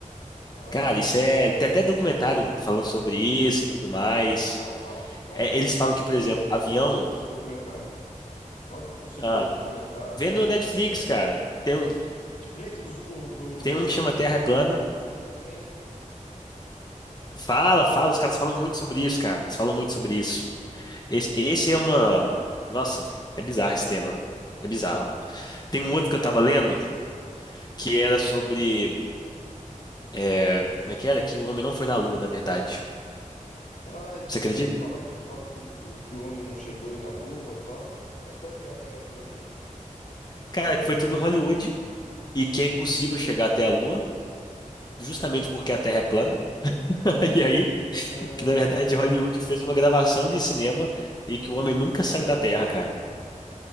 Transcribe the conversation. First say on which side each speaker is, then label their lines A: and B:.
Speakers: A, on the left; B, on the left.
A: Ah,
B: Cara, isso é.
A: tá.
B: Tem até documentário falando sobre isso e tudo mais.
A: Aonde, aonde, aonde
B: É,
A: que
B: eles
A: eu consigo
B: falam que, por
A: ver?
B: exemplo, avião.
A: esse documentário? Onde que eu consigo
B: Ah,
A: ver esse documentário?
B: vê
A: Tá?
B: no
A: Onde
B: Netflix,
A: eu posso ter essa...
B: cara. Tem um,
A: Netflix, dos- o- no, no
B: tem
A: YouTube
B: um que chama
A: também
B: Terra é
A: fala
B: Plana.
A: bastante sobre isso também, né?
B: Fala, fala. Os caras falam muito sobre isso, cara. Eles falam muito sobre isso. Esse, esse é uma. Nossa, é bizarro esse tema. É bizarro. Tem um outro que
A: É,
B: eu tava
A: então,
B: lendo
A: bacana.
B: que era sobre. é, como é que era? Que o homem não foi na Lua, na verdade.
A: Ah, isso
B: Você acredita?
A: eu já vi falar que eles falam que, que, que o homem não chegou aí na Lua e tal. Mas qual que é aquela teoria?
B: Cara, que foi tudo Hollywood e que é impossível chegar até a Lua, justamente porque a Terra é plana. <laughs> E aí,
A: Ah,
B: que na verdade Hollywood fez uma gravação de cinema e que o homem nunca saiu da Terra, cara.